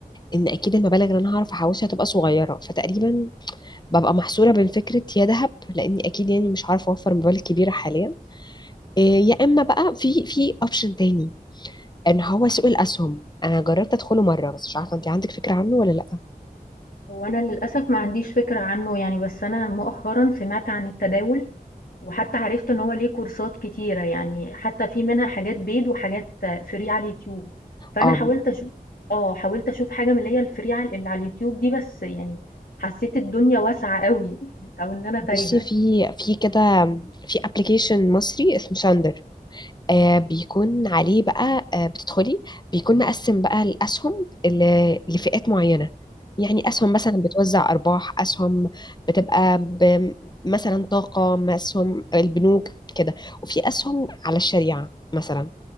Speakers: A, on the left; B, on the left.
A: ان اكيد المبالغ اللي انا هعرف احوشها هتبقى صغيرة فتقريبا ببقى محصورة بين فكرة يا ذهب لاني اكيد يعني مش عارفة اوفر مبالغ كبيرة حاليا إيه، يا اما بقى في في اوبشن تاني ان هو سوق الاسهم انا جربت ادخله مرة بس مش عارفة انت عندك فكرة عنه ولا لا
B: هو أنا للأسف ما عنديش فكرة عنّه يعني، بس أنا مؤخرًا سمعت عن التداول وحتى عرفت إن هو ليه كورسات كتيرة، يعني حتى في منها حاجات paid وحاجات free على اليوتيوب، فأنا
A: اه
B: حاولت أشوف آه، حاولت أشوف حاجة من اللي هي الfree عل اللي على اليوتيوب دي، بس يعني حسيت الدنيا واسعة أوي <laughs> أو إن أنا
A: بصي
B: تايهة.
A: في في كده في ابلكيشن مصري اسمه ساندر آه بيكون عليه بقى آه بتدخلي بيكون مقسم بقى الاسهم ل- لفئات معينه يعني اسهم مثلا بتوزع ارباح اسهم بتبقى ب- مثلا طاقه اسهم البنوك كده وفي اسهم على الشريعه مثلا